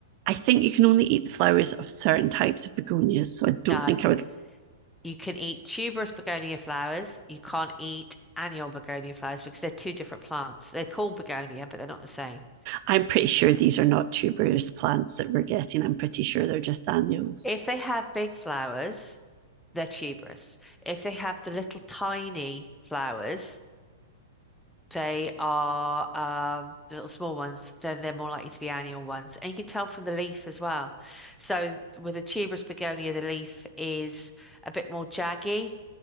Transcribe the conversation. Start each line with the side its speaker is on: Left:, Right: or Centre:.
Right: I think you can only eat the flowers of certain types of begonias. So I don't
Centre: No,
Right: think I would.
Centre: you can eat tuberous begonia flowers. You can't eat annual begonia flowers because they're two different plants. They're called begonia, but they're not the same.
Right: I'm pretty sure these are not tuberous plants that we're getting. I'm pretty sure they're just annuals.
Centre: If they have big flowers, they're tuberous. If they have the little tiny flowers, they are um, the little small ones, then they're more likely to be annual ones. And you can tell from the leaf as well. So with a tuberous begonia, the leaf is a bit more jaggy,